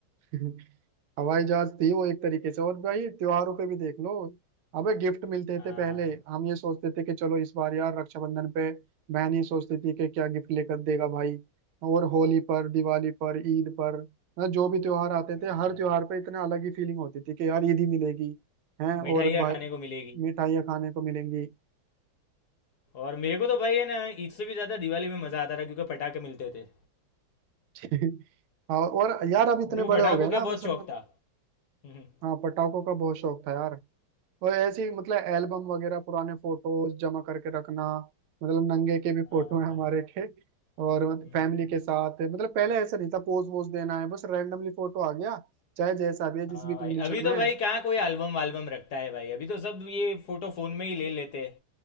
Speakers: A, on the right; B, on the left.
A: <laughs> हवाई जहाज थी वो एक तरीके से और भाई त्योहारों पे भी देख लो अबे गिफ्ट मिलते
B: हाँ
A: थे पहले हम ये सोचते थे कि चलो इस बार यार रक्षाबंधन पे बहन ये सोचती थी कि क्या गिफ्ट लेकर देगा भाई और होली पर दिवाली पर ईद पर मतलब जो भी त्योहार आते
B: हाँ
A: थे हर
B: भाई
A: त्योहार पे इतना अलग ही फीलिंग होती थी कि यार ईद ही मिलेगी हैं और
B: मिठाइयाँ
A: भाई
B: खाने को मिलेगी
A: मिठाइयाँ खाने को मिलेंगी
B: और मेरे को तो भाई है ना ईद से भी ज़्यादा दिवाली में मज़ा आता था क्योंकि पटाखे मिलते थे
A: <laughs> और और यार अब इतने
B: मेरे को
A: बड़े
B: पटाखों
A: हो गए ना
B: का बहुत
A: अब असल
B: शौक
A: में
B: था हम्म,
A: हाँ पटाखों का बहुत शौक था यार और ऐसी मतलब एल्बम वगैरह पुराने फोटोज जमा करके रखना मतलब नंगे के भी फोटो
B: हाँ
A: हैं
B: भाई
A: हमारे के और
B: हम्म
A: फैमिली के साथ मतलब पहले ऐसा नहीं था पोज वोज देना है बस रैंडमली फोटो आ गया चाहे जैसा भी है जिस
B: हाँ
A: भी कंडीशन
B: भाई अभी
A: में
B: तो भाई
A: है।
B: कहाँ कोई एल्बम वाल्बम रखता है भाई अभी तो सब ये फोटो फोन में ही ले लेते हैं